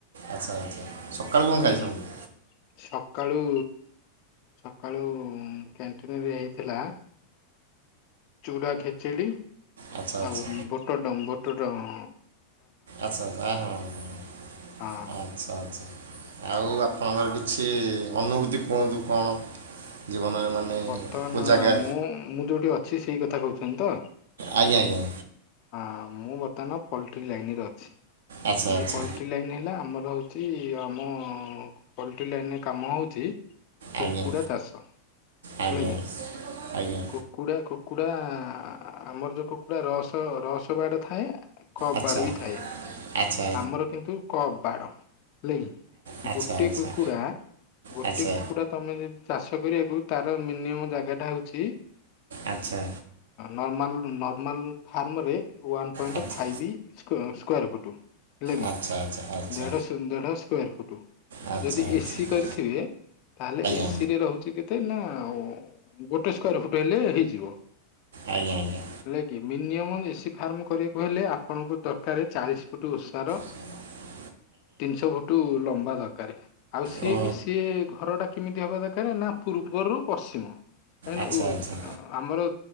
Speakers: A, on the right (about 60°); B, on the left (about 45°).
A: ଆଚ୍ଛା ଆଚ୍ଛା ସକାଳୁ
B: ହୁଁ
A: କଣ ଖାଇଛନ୍ତି?
B: ସକାଳୁ ସକାଳୁ କ୍ୟାଣ୍ଟିନିରେ ହେଇଥିଲା ଚୁଡ଼ା ଖେଚେଡି
A: ଆଚ୍ଛା ଆଚ୍ଛା
B: ଆଉ ବୋଟଡମ ବୋଟଡମ
A: ଆଚ୍ଛା ଆଚ୍ଛା ଆ ହଁ।
B: ହଁ।
A: ଆଚ୍ଛା ଆଚ୍ଛା ଆଉ ଆପଣଙ୍କର କିଛି ଅନୁଭୂତି କୁହନ୍ତୁ କଣ? ଜୀବନରେ ମାନେ
B: ବର୍ତ୍ତମାନ
A: କେଉଁ ଜାଗା
B: ମୁଁ ମୁଁ ଯୋଉଠି ଅଛି ସେଇ କଥା କହୁଛନ୍ତି ତ
A: ଆଜ୍ଞା ଆଜ୍ଞା
B: ହଁ ମୁଁ ବର୍ତ୍ତମାନ ପଲଟି ଲାଇନରେ ଅଛି
A: ଆଚ୍ଛା
B: ଏଇ
A: ଆଚ୍ଛା
B: ପଲଟି ଏଇ ଲାଇନ୍ ହେଲା ଆମର ହେଉଛି ଆମ ପୋଲଟି ଲାଇନରେ କାମ ହଉଛି କୁକୁଡ଼ା
A: ଆଜ୍ଞା।
B: ମାଂସ ହେଲାକି
A: ଆଜ୍ଞା ଆଜ୍ଞା
B: କୁକୁଡ଼ା କୁକୁଡ଼ା ଆମର ଯୋଉ କୁକୁଡ଼ା ରସ ରସ ବାଡ ଥାଏ। କବାଡ
A: ଆଚ୍ଛା
B: ବି ଥାଏ।
A: ଆଚ୍ଛା ଆଚ୍ଛା
B: ଆମର କିନ୍ତୁ କପ୍ ବାଡ ହେଲା କିି
A: ଆଚ୍ଛା
B: ଗୋଟେ
A: ଆଚ୍ଛା।
B: କୁକୁଡ଼ା ଗୋଟେ
A: ଆଚ୍ଛା
B: କୁକୁଡ଼ା ତମେ ଯଦି ଚାଷ କରିବାକୁ ତାର ମିନିମମ ଜାଗା ଟା ହଉଛି
A: ଆଚ୍ଛା।
B: ନର୍ମାଲ ନର୍ମାଲ୍ ଫାର୍ମରେ ୱାନ୍ ପଏଣ୍ଟ
A: ଆଚ୍ଛା
B: ଫାଇଭ୍। ସ୍କ୍ୟାର ଫୁଟ ହେଲି କି
A: ଆଚ୍ଛା ଆଚ୍ଛା ଆଚ୍ଛା
B: ଦେଢ ଦେଢ଼ ସ୍କ୍ୟାର ଫୁଟ।
A: ଆଚ୍ଛା
B: ଯଦି
A: ଆଚ୍ଛା ଆଜ୍ଞା
B: ଏସିି କରିଥିବେ ତାହେଲେ ଏସି
A: ଆଜ୍ଞା
B: ରେ ରହୁଛି କେତେ? ଏତେ ନା ଆଉ ଗୋଟେ ସ୍କ୍ୟାର ଫୁଟ୍ ହେଲେ ହେଇଯିବ।
A: ଆଜ୍ଞା ଆଜ୍ଞା।
B: ହେଲା କି ମିନିମମ୍ ଏସି ଫାର୍ମ କରିବାକୁ ହେଲେ ଆପଣଙ୍କୁ ଦରକାର ଚାଳିଶ ଫୁଟ ଓଷାର।
A: ହଁ।
B: ତିନିଶହ ଫୁଟ ଲମ୍ବା ଦରକାର ଆଉ ସିଏ
A: ଓ
B: କି ସି ସିଏ ଘରଟା କେମିତି ହେବା ଦରକାର ନା ପୂର୍ବରୁ ପଶ୍ଚିମ କାହିଁକିନା
A: ଆଚ୍ଛା ଆଚ୍ଛା
B: ଆମର